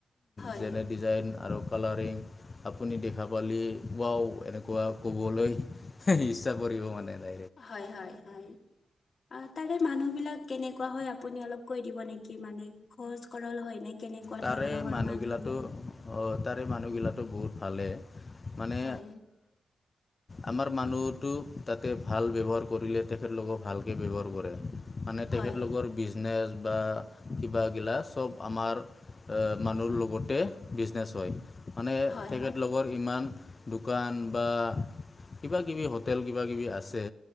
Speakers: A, on the left; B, on the left.
A: হয়
B: যেনে ডিজাইন আৰু কালাৰিং আপুনি দেখা পালি ও এনেকুৱা ক'বলৈ ইচ্ছা পৰি মানে তাই
A: হয়, হয়, হয়। অ, তাৰে মানুহ বিলাক কেনেকুৱা হয়, আপুনি অলপ কৈ দিব নেকি মানে খহজ, সৰল হয় নে কেনেকুৱা
B: তাৰে
A: ধৰণৰ হয়
B: মানুহগিলাটো
A: মানুহবিলাক
B: তাৰে মানুহগিলো বহুত ভালে মানে।
A: হয়
B: আমাৰ মানুহতো তাতে ভাল ব্যৱহাৰ কৰিলে তেখেতলোকক ভালকে ব্যৱহাৰ কৰে। মানে
A: হয়
B: তেখেতলোকৰ বিজনেছ বা কিবাগিলা চব আমাৰ। মানুহ লগতে বিজনেছ হয় মানে
A: হয়
B: তেখেতলৰ
A: হয়
B: ইমান। দোকান বা কিবা, কিবি হোটেল কিবা, কিবি আছে।